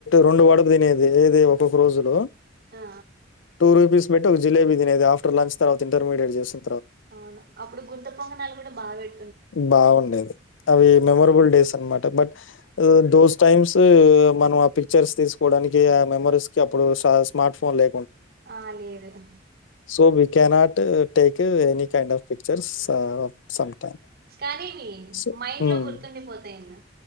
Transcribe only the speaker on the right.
ఆ
అవును అప్పుడు గుంత పొంగనాలు కూడా బెట్
ఆ లేదుగా
కానీ ఇవి
మైండ్
లో గుర్తుండిపోతాయి అన్న